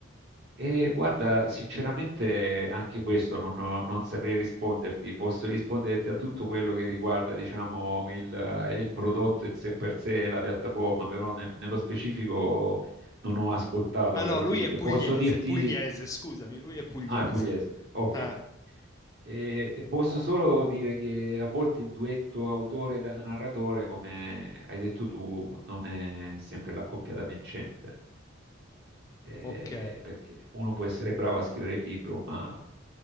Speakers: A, on the right (about 50°); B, on the left (about 15°).
A: E guarda, sinceramente anche questo non, ho- non saprei risponderti, posso risponderti a tutto quello che riguarda, diciamo, il, eh, il prodotto in sé per sé, la piattaforma, però ne- nello specifico non ho ascoltato,
B: Ah
A: caro
B: no, lui
A: figlio.
B: è pugliese,
A: Posso dirti...
B: pugliese, scusami, lui è pugliese.
A: Ah, è pugliese, ok.
B: Ah,
A: E- e posso solo dire che a volte il duetto autore da narratore, come hai detto tu, non è sempre la coppia da vincente eh,
B: ok.
A: perché uno può essere bravo a scrivere il libro, ma